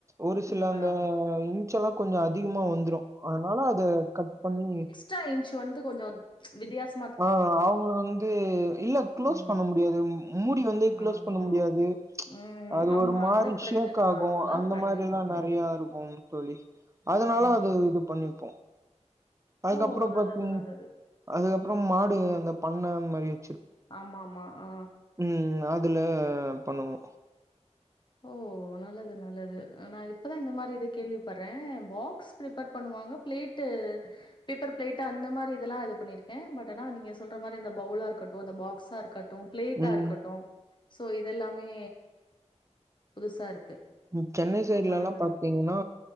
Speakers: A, on the right; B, on the left.
A: ஒரு சில
B: டிஃபர்
A: அந்த
B: ஆகு
A: இன்ஞ் எல்லா கொஞ்ச அதிகமா வந்துரு அதுனால அத கட் பண்ணி
B: ட்ரா இன்ஞ் வந்து கொஞ்சோ வித்தியாசம்
A: ஆ அவுங்கள வந்து இல்ல க்ளோஸ்
B: ம்
A: பண்ண முடியாது மூடி வந்து க்ளோஸ்
B: ஆமா
A: பண்ண முடியாது
B: ம்
A: அது
B: ஆமா
A: ஒரு மாரி
B: அந்த பிரச்சன
A: ஷேக் ஆகு
B: வருல்ல
A: அந்த
B: கண்டிப்பா
A: மாரி எல்லா
B: கண்டிப்பா
A: நெறையா இருக்கும்
B: ம்
A: தோழி அதுனால
B: ம்
A: அது இது பண்ணிப்போ அதுக்கப்பறோ
B: ஓ நல்லது
A: பாத்தீங்க
B: நல்லது
A: அதுக்கப்பறம் மாடு அந்த பண்ண மாரியு
B: ஆமாம்மா ஆ
A: ம் ம் அதுல பண்ணுவோ
B: ஓ ஓ நல்லது நல்லது நா இப்பதா இந்த மாரி இத கேள்விப்பட்றே ஃபாக்ஸ் க்ஸ் ப்ரிப்பர் பண்ணுவாங்க பளேட்டு பேப்பர் ப்லேட்டு அந்த மாரி இதெல்லா இது பண்ணிருக்கே பட் ஆனா நீங்க சொல்ற மாரி அந்த ஃபவ்லா இருக்கட்டு அந்த ஃபாக்ஸா இருக்கட் ட்டும் ப்ளேட்டா
A: ம்.
B: இருக்கட்டு சோ இதெல்லாமே புதுசா இருக்கு
A: ம் சென்னை சைட்ல
B: ரொம்ப
A: எல்லா
B: நல்லது.
A: பாத்தீங்கன்னா